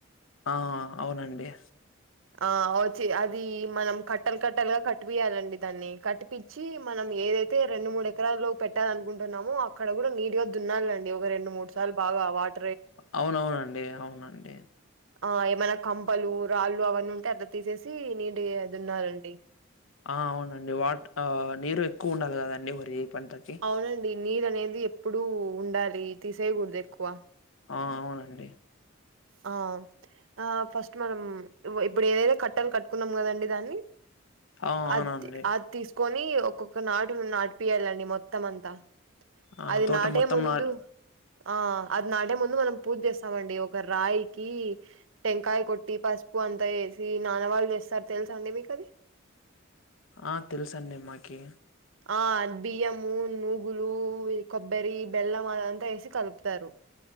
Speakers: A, on the left; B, on the right.
A: ఆ అవునండి
B: ఆ వచ్చే అది మనం కట్టలు కట్టలుగా కట్పియాలండి దాన్ని కట్పిచ్చి మనం ఏదైతే రెండు మూడు ఎకరాలు పెట్టాలి అనుకుంటున్నామో అక్కడ కూడా నీట్ గా దున్నాలండి ఒక రెండు మూడు సార్లు బాగా వాట్
A: అవునవునండి అవునండి
B: ఆ ఏమైనా కంపలు రాళ్ళు అవన్నీ ఉంటే అట్లా తీసేసి నీ యే దున్నాలండి
A: ఆ అవునండి వాట్ ఆ నీరు ఎక్కువ ఉండాలి కదండి వరి పంటకి
B: అవునండి నీరు అనేది ఎప్పుడూ ఉండాలి తీసేయకూడదు ఎక్కువ
A: ఆ అవునండి
B: ఆ ఆ ఫస్ట్ మనం ఇప్పుడు ఏదైతే కట్టలు కట్టుకున్నాం కదండి దాన్ని
A: ఆ అవునండి
B: అది అది తీసుకొని నీ ఒక్కొక్క నాటు నాటి పియాలండి మొత్తం అంతా
A: ఆ
B: అది
A: తోట
B: నాటే
A: మొత్తం
B: ముందు
A: నా
B: ఆ అది నాటే ముందు మనం పూజ చేస్తామండి ఒక రాయికి టెంకాయ కొట్టి పసుపు అంతా వేసి నానవాళ్ళు చేస్తారు తెలుసా అండి మీకు అది <inaudible>
A: ఆ తెలుసండి మాకి
B: ఆ బియ్యము నూగులు కొబ్బరి బెల్లం అదంతా వేసి కలుపుతారు